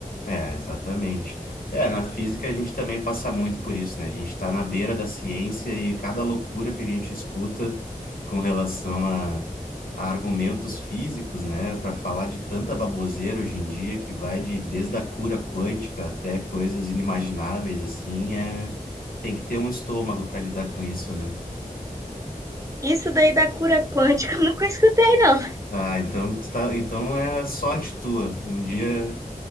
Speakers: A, on the left; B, on the right.
A: É, exatamente. É, na física a gente também passa muito por isso, né? A gente está na beira da ciência e cada loucura que a gente escuta com relação a, a argumentos físicos, né? Para falar de tanta baboseira hoje em dia que vai de desde a cura quântica até coisas inimagináveis, assim, é... tem que ter um estômago para lidar com isso, né?
B: Isso daí da cura quântica <laughs> eu nunca escutei, não.
A: Ah, então, tu tá, então é sorte tua. Um dia,